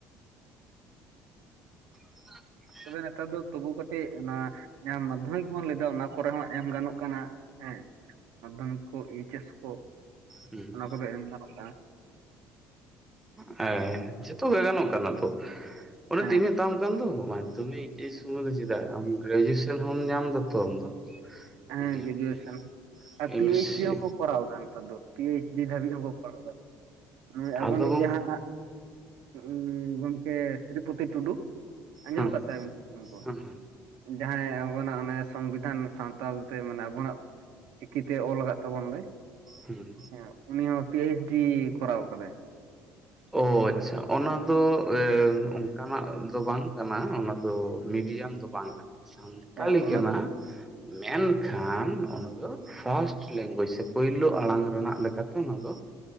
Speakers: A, in the centre; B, on the right (about 80°).
A: <inaudible>
B: ᱛᱚᱵᱮ ᱱᱮᱛᱟᱨ ᱫᱚ ᱛᱚᱵᱩ ᱠᱟᱹᱴᱤᱡ ᱚᱱᱟ ᱡᱟᱦᱟᱸ ᱢᱟᱫᱽᱫᱷᱚᱢᱤᱠ ᱵᱚᱱ ᱞᱟᱹᱭᱫᱟ ᱚᱱᱟ ᱠᱚᱨᱮ ᱦᱚᱸ ᱮᱢ ᱜᱟᱱᱚᱜ ᱠᱟᱱᱟ ᱦᱮᱸ ᱢᱟᱫᱽᱫᱷᱚᱢᱤᱠ ᱠᱚ ᱮᱭᱤᱪᱮᱥ ᱠᱚ
A: ᱦᱮᱸ
B: ᱚᱱᱟ ᱠᱚᱫᱚ ᱮᱢ ᱜᱟᱱᱚᱜ ᱠᱟᱱᱟ
A: ᱦᱮᱸ ᱡᱚᱛᱚ ᱜᱮ ᱜᱟᱱᱚᱜ ᱠᱟᱱᱟ ᱛᱚ ᱚᱱᱮ
B: ᱦᱮᱸ
A: ᱛᱚᱧ ᱢᱮᱛᱟᱢ ᱠᱟᱱ ᱫᱚ <unintelligible> ᱥᱩᱚᱢᱚᱭ ᱫᱚ ᱪᱮᱫᱟᱜ ᱜᱨᱡᱩᱭᱮᱥᱚᱱ ᱦᱢ ᱧᱟᱢ ᱫᱟᱛᱚ ᱟᱢ ᱫᱚ
B: ᱦᱮᱸ
A: ᱢᱤᱰᱤᱭᱟᱢ
B: ᱜᱮᱡᱩᱭᱮᱥᱮᱱ
A: ᱛᱮ
B: ᱟᱨ
A: M
B: P
A: S
B: H
A: C
B: D ᱦᱚᱸᱠᱚ ᱠᱚᱨᱟᱣ ᱫᱟ ᱱᱮᱛᱟᱨ ᱫᱚ ᱯᱤ ᱮᱭᱤᱪ ᱰᱤ ᱫᱷᱟᱹᱵᱤᱡ ᱦᱚᱸᱠᱚ ᱠᱚᱨᱟᱣ ᱫᱟ ᱱᱚ ᱚᱭ ᱟᱵᱚ
A: ᱟᱫᱚ
B: ᱱᱤᱛ
A: ᱜᱚᱝ
B: ᱡᱟᱦᱟᱸ ᱩᱹᱢᱻ ᱜᱚᱢᱠᱮ ᱛᱨᱤᱯᱚᱛᱤ ᱴᱩᱰᱩ ᱟᱸᱡᱚᱢ
A: ᱦᱮᱸ
B: ᱟᱠᱟᱫ <unintelligible> ᱛᱟᱭᱟ ᱠᱚ
A: ᱦᱮᱸ
B: ᱡᱟᱦᱟᱸᱭ ᱟᱵᱚ ᱱᱟᱜ ᱚᱱᱮ ᱥᱚᱝᱵᱤᱫᱷᱟᱱ ᱥᱟᱶᱛᱟ ᱛᱟᱞᱛᱮ ᱢᱟᱱᱮ ᱟᱵᱚᱱᱟᱜ ᱪᱤᱠᱤᱛᱮ ᱚᱞ ᱟᱠᱟᱫ ᱛᱟᱵᱚᱱ ᱫᱚᱭ
A: ᱦᱩᱸ
B: ᱦᱮᱸ ᱩᱱᱤ ᱦᱚᱸ ᱯᱤ ᱮᱪ ᱰᱤ ᱠᱚᱨᱟᱣ ᱟᱠᱟᱫᱟᱭ᱾
A: ᱚᱦᱳᱡ ᱟᱪᱷᱟ ᱚᱱᱟ ᱫᱚ ᱚᱱᱠᱟᱱᱟᱜ ᱫᱚ ᱵᱟᱝ ᱠᱟᱱᱟ᱾ ᱚᱱᱟ ᱫᱚ ᱢᱤᱰᱤᱭᱟᱢ ᱫᱚ ᱵᱟᱝ ᱠᱟᱱᱟ᱾ ᱥᱟᱱᱛᱟᱞᱤ
B: ᱦᱮᱸ ᱚᱱᱟ
A: ᱠᱟᱱᱟ
B: ᱫᱚ
A: ᱢᱮᱱᱠᱷᱟᱱ ᱚᱱᱟ ᱫᱚ ᱯᱷᱟᱥᱴ ᱞᱮᱝᱜᱩᱭᱮᱡᱽ ᱥᱮ ᱯᱳᱭᱞᱳ ᱟᱲᱟᱝ ᱨᱮᱱᱟᱜ ᱞᱮᱠᱟᱛᱮ ᱱᱚᱣᱟ ᱫᱚ